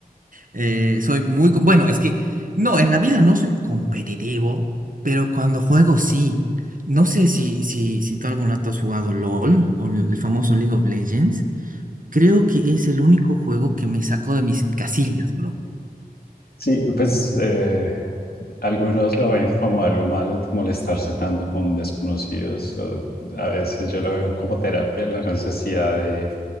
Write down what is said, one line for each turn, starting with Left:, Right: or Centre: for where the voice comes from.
Right: eh, soy muy... co- Bueno, es que, no, en la vida no soy competitivo, pero cuando juego sí. No sé si, si, si tú algún rato has jugado LOL o el el famoso League of Legends. Creo que es el único juego que me sacó de mis casillas, bro.
Left: Sí, pues eh, algunos lo ven como algo malo, molestarse tanto con desconocidos. o a veces yo lo veo como terapia, la necesidad de,